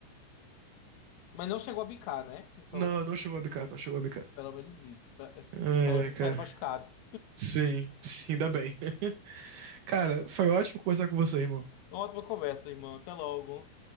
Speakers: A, on the left; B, on the right.
A: Mas não chegou a bicar, né? Então,
B: Não, não chegou a bicar, não chegou a bicar.
A: pelo menos isso. Pe-
B: Ai,
A: Pelo menos
B: ai, cara.
A: saíram machucados.
B: Sim, sim, ainda bem. <laughs> Cara, foi ótimo conversar com você, irmão.
A: <laughs> Uma ótima conversa, irmão. Até logo.